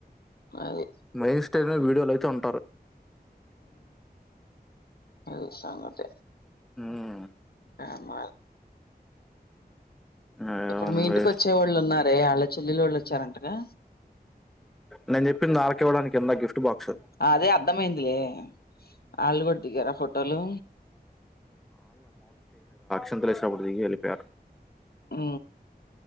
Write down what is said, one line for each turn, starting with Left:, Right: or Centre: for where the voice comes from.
Left: అది
Centre: మైండ్ స్టైల్ లో వీడియోలు అయితే ఉంటారు
Left: అ స అంగట
Centre: ఆ
Left: ఆమ
Centre: ఏముంది
Left: ఇప్పుడు మీ ఇంటికి వచ్చే వాళ్ళు ఉన్నారు అదే వాళ్ళ చెల్లెలు వాళ్ళు వచ్చారంటగా
Centre: నేను చెప్పింది అల్కి ఇవ్వడానికి ఎంత గిఫ్ట్ బాక్స్
Left: అదే అర్ధమయిందిలే వాళ్ళు కూడా దిగారా ఫోటోలు
Centre: దండలేసినప్పుడు దిగి ఎలిపొయారు
Left: ఆ